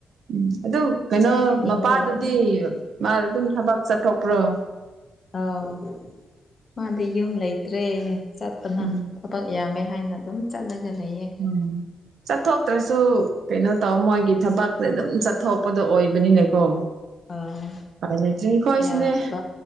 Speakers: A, on the right (about 60°); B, on the left (about 30°).
A: ꯎꯝ ꯑꯗꯨ
B: ꯑꯗꯨꯃꯥꯏꯅ
A: ꯀꯩꯅꯣ
B: ꯍꯤꯡꯒꯗꯧꯕꯅꯦ
A: ꯃꯄꯥꯗꯨꯗꯤ ꯃꯥꯗꯤꯑꯗꯨꯝ ꯊꯕꯛ ꯆꯠꯊꯣꯛ ꯄꯨ꯭ꯔꯣ
B: ꯑꯥꯎ ꯃꯥꯗꯤ ꯌꯨꯝꯂꯩꯇ꯭ꯔꯦ ꯆꯠꯄꯅ
A: ꯎꯝ
B: ꯊꯕꯛ ꯌꯥꯝꯃꯦ ꯍꯥꯏꯅ ꯑꯗꯨꯝ ꯆꯠꯂꯒ ꯂꯩꯌꯦ
A: ꯎꯝ ꯆꯠꯊꯣꯛꯇ꯭ꯔꯁꯨ ꯀꯩꯅꯣ ꯇꯧ ꯃꯣꯏꯒꯤ ꯊꯕꯛꯇꯤ ꯑꯗꯨꯝ ꯆꯠꯊꯣꯛꯄꯗꯣ ꯑꯣꯏꯕꯅꯤꯅꯦꯀꯣ
B: ꯑꯥ
A: ꯑꯩꯈꯣꯏꯁꯨꯅꯦ
B: ꯌꯥꯗꯕ